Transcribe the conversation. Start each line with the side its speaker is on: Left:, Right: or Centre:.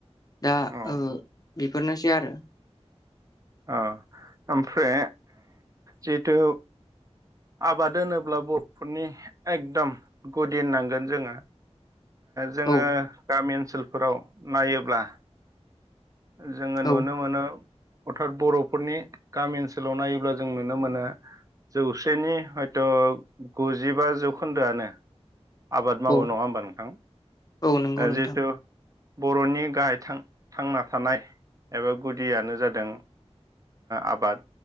Left: दा
Right: औ
Left: बेफोरनोसै आरो
Right: औ ओमफ्राय जिथु आबाद होनोब्ला बर'फोरनि एकदम गुदि होननांगोन जोङो जोङो
Left: औ
Right: गामि ओनोल ओनसोलफोराव नायोब्ला जोङो
Left: औ
Right: नुनो मोनो अर्थात बर'फोरनि गामि ओनसोलाव नायोब्ला जों नुनो मोनो जौसेनि हयथ' गुजिबा जौखोन्दोआनो आबाद मावो
Left: औ
Right: नङा होमबा नोंथां
Left: औ नंगौ नोंथां
Right: जिहेथु बर'नि गाहाय थांना थानाय एबा गुदियानो जादों आबाद